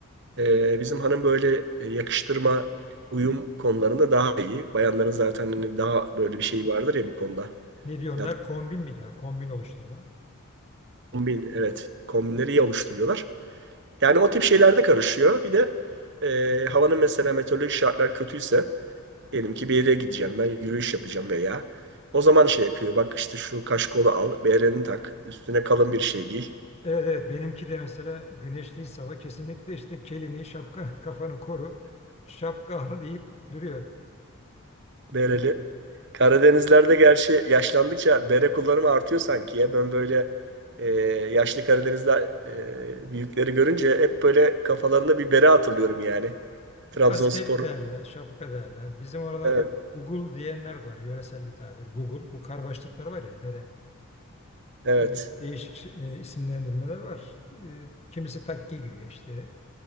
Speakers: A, on the right (about 50°); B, on the left (about 30°).
A: Ee, bizim hanım böyle e, yakıştırma, uyum konularında daha iyi. Bayanların zaten hani daha böyle bir şey vardır ya bu konuda.
B: Ne diyorlar?
A: Ya,
B: Kombin mi diyorlar? Kombin oluşturma.
A: kombin, evet, kombinleri iyi oluşturuyorlar. Yani o tip şeylerde karışıyor. Bir de e, havanın mesela meteorolojik şartlar kötüyse, diyelim ki bir yere gideceğim ben yürüyüş yapacağım veya o zaman şey yapıyor. Bak işte şu kaşkolu al, bereni tak, üstüne kalın bir şey giy.
B: Evet evet benimki de mesela güneşli hava kesinlikle işte kelini şapka <laughs> kafanı koru şapka al deyip duruyor.
A: bereli. Karadenizlerde gerçi yaşlandıkça bere kullanımı artıyor sanki ya. Ben böyle e, yaşlı Karadeniz'de e, büyükleri görünce hep böyle kafalarında bir bere hatırlıyorum yani. Trabzonspor.
B: Kasket derler şapka derler. Bizim oralarda
A: Evet.
B: Google diyenler de var yöresel bir tabir Google bu kar başlıkları var ya bere
A: Evet.
B: öyle değişik şey- e, isimlendirmeler var. E, kimisi takke giyiyor işte.